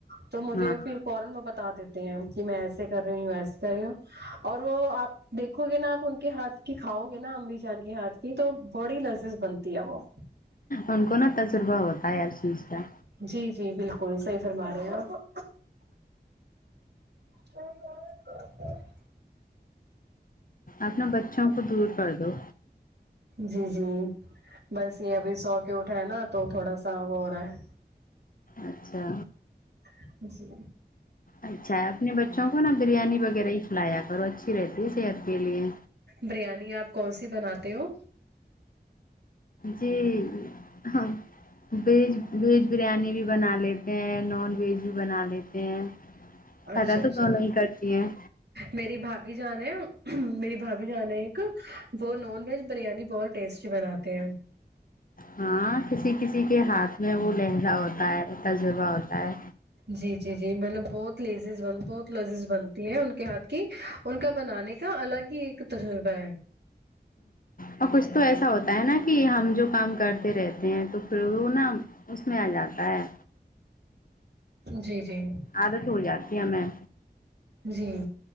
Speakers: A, on the right; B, on the left.
A: تو مجھے
B: ہاں
A: پھر فورن وہ بتا دیتی ہیں کہ میں ایسے کر رہی ہوں یو ایسے کر رہی ہوں اور وہ آپ دیکھو گے نا آپ ان کے ہاتھ کی کھاؤ گے نا امی جان کے ہاتھ یہ تو بڑی لذیز بنتی ہے وہ
B: ان کو نا تجربہ ہوتا ہے ہر چیز کا
A: جی جی بالکل صحیح فرما رہے ہو آپ <unintelligible>
B: اپنے بچوں کو درود پر دو
A: جی جی بس یہ ابھی سو کے اٹھا ہے نا تو تھوڑا سا وہ ہو رہا ہے
B: اچھا
A: ہے جی
B: اچھا اپنے بچوں کو نا بریانی وغیرہ ہی کھلایا کرو اچھی رہتی ہے صحت کے لیے
A: بریانی آپ کون سی بناتے ہو
B: جی ہم ویج ویج بریانی بھی بنا لیتے ہیں نان ویج بھی بنا لیتے ہیں فائدہ
A: اچھا اچھا
B: تو دونوں ہی کرتی ہیں
A: میری بھابھی جان میری بھابھی جان ایک وہ نان ویج بریانی بہت ٹیسٹی بناتے ہیں
B: ہاں کسی کسی کے ہاتھ میں وہ لہجا ہوتا ہے تجربہ ہوتا ہے
A: جی جی جی مطلب بہت لیزز بن بہت لیزز بنتی ہیں ان کے ہاتھ کی ان کا بنانے کا الگ ہی ایک تجربہ ہے
B: اور کچھ تو ایسا ہوتا ہے نا کہ ہم جو کام کرتے رہتے ہیں تو پھر وہ نا اس میں آ جاتا ہے
A: جی جی
B: عادت ہو جاتی ہمیں
A: جی